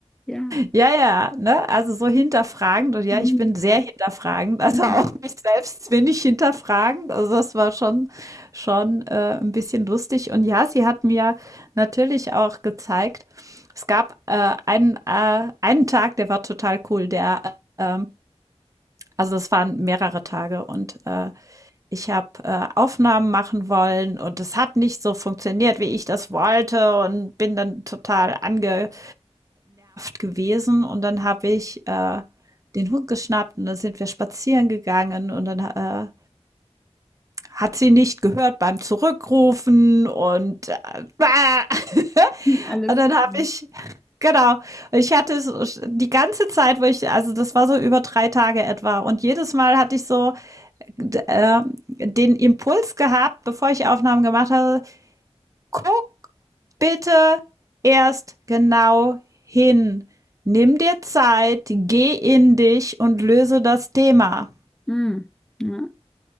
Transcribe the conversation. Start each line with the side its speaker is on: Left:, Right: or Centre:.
Centre: Ja.
Right: ja, ja, ne? Also so hinterfragend und ja,
Centre: Mhm.
Right: ich bin sehr hinterfragend, also
Centre: Mhm.
Right: auch mich selbst bin ich hinterfragend. Also das war schon, schon äh, ein bisschen lustig. Und ja, sie hat mir natürlich auch gezeigt, es gab äh, einen, äh, einen Tag, der war total cool, der äh, Also das waren mehrere Tage und äh, ich habe äh, Aufnahmen machen wollen und es hat nicht so funktioniert, wie ich das wollte und bin dann total angenervt gewesen und dann habe ich äh, den Hund geschnappt und dann sind wir spazieren gegangen und dann äh, hat sie nicht gehört beim Zurückrufen und äh, äh, <laughs>
Centre: Nie alles.
Right: und dann habe
Centre: Mhm.
Right: ich Genau. Ich hatte es die ganze Zeit, wo ich, also das war so über drei Tage etwa. Und jedes Mal hatte ich so äh, den Impuls gehabt, bevor ich Aufnahmen gemacht habe, guck bitte erst genau hin. Nimm dir Zeit, geh in dich und löse das Thema.
Centre: Mhm. Ja.